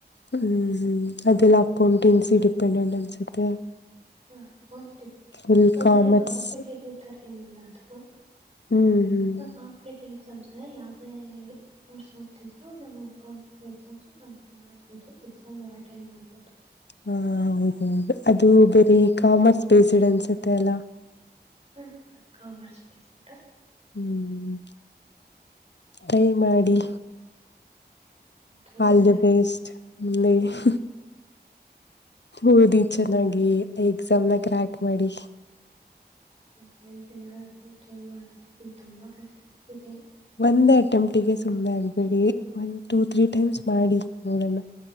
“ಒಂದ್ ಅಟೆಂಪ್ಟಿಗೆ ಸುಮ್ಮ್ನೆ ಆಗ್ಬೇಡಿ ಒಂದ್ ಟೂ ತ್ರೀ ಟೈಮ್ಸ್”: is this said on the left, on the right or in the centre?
Left